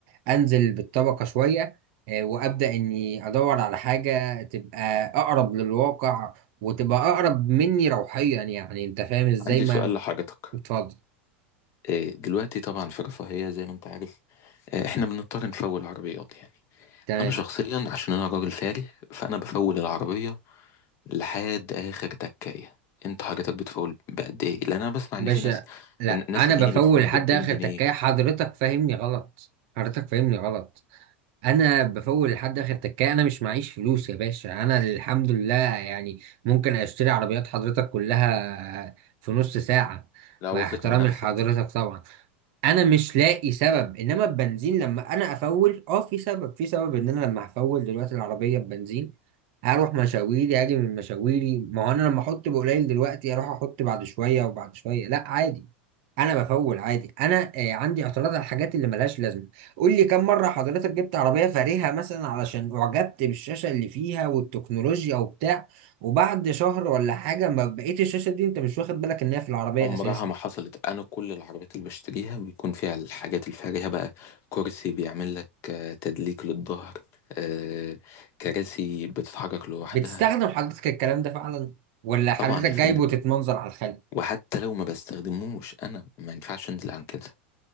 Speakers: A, on the right; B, on the left.
A: انزل بالطبقه شويه آه، وابدا اني ادور على حاجه تبقى اقرب للواقع وتبقى اقرب مني روحيا يعني انت فاهم ازاي
B: عندي
A: ما
B: سؤال لحضرتك
A: اتفضل
B: آه، دلوقتي طبعا في رفاهية زي ما انت عارف آه، احنا بنضطر نفول عربيات يعني
A: تمام
B: انا شخصيا عشان انا راجل فاري فانا بفول العربية لحد اخر تكاية انت حضرتك بتفول بقد ايه لان انا بسمع
A: باشا
B: ان في ناس
A: لا
B: إن- ناس
A: انا
B: يا
A: بفول
B: عيني بتفول
A: لحد
B: ب 200
A: اخر
B: جنيه
A: تكايه حضرتك فاهمني غلط حضرتك فاهمني غلط انا بفول لحد اخر تكايه انا مش معيش فلوس يا باشا انا الحمد لله يعني ممكن اشتري عربيات حضرتك كلها في نص ساعه
B: لا واثق
A: مع احترامي
B: من نفسك
A: لحضرتك طبعا انا مش لاقي سبب انما البنزين لما انا افول اه في سبب في سبب ان انا لما هفول دلوقتي العربيه ببنزين هروح مشاويري اجي من مشاويري ما هو انا لما احط بقليل دلوقتي اروح احط بعد شويه وبعد شويه لا عادي انا بفول عادي انا آه، عندي اعتراض على الحاجات اللي ملهاش لازمه قول لي كم مرة حضرتك جبت عربية فارهة مثلا علشان أعجبت بالشاشة اللي فيها والتكنولوجيا وبتاع وبعد شهر ولا حاجة ما بقيت الشاشة دي أنت مش واخد بالك إن هي في العربية
B: عمرها
A: أساسا
B: ما حصلت انا كل العربيات اللي بشتريها بيكون فيها الحاجات الفارهة بقى كرسي بيعمل لك آه، تدليك للظهر آه، كراسي بتتحرك لوحدها
A: بتستخدم حضرتك الكلام ده فعلا ولا حضرتك
B: طبعا يا
A: جايبه
B: فندم
A: تتمنظر على الخلق
B: وحتى لو ما بستخدموش انا ما ينفعش انزل عن كده